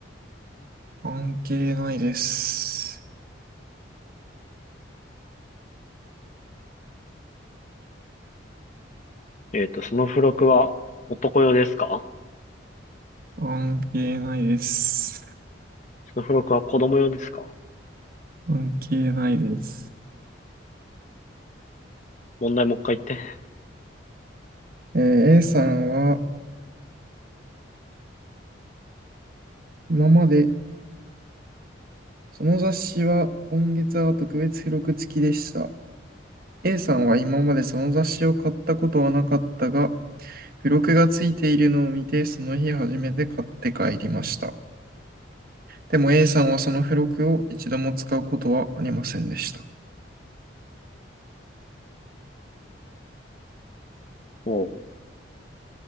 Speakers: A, on the right; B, on the left.
A: 関係ないです。
B: えっと、その付録は男用ですか
A: 関係ないです。
B: その付録は子供用ですか
A: 関係ないです。
B: 問題もう一回言って。
A: えー A さんは、今まで、その雑誌は今月は特別付録付きでした。A さんは今までその雑誌を買ったことはなかったが、付録がついているのを見て、その日初めて買って帰りました。でも A さんはその付録を一度も使うことはありませんでした。
B: おう。